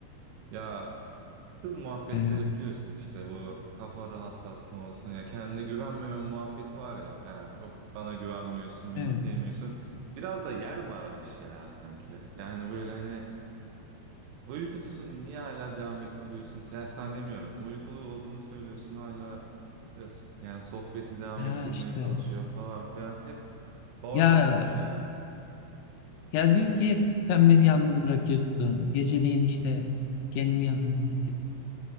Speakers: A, on the right (about 85°); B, on the left (about 85°).
A: Ya Kız muhabbetleri
B: Ee,
A: biliyorsun işte bu kafa rahatlatma olsun ya kendine güvenmeme muhabbeti var ya yani yok bana güvenmiyorsun
B: evet,
A: beni sevmiyorsun biraz da yer mi aramış ya sanki yani böyle hani uykulusun niye hala devam ettiriyorsun yani sen demiyorum uykulu olduğunu söylüyorsun hala e, so- yani sohbeti devam
B: ya
A: ettirmeye
B: işte
A: çalışıyor falan filan hep bal
B: ya
A: yapmış yani
B: ya diyor ki hep sen beni yalnız bırakıyorsun. Geceleyin işte kendimi yalnız hissediyorum.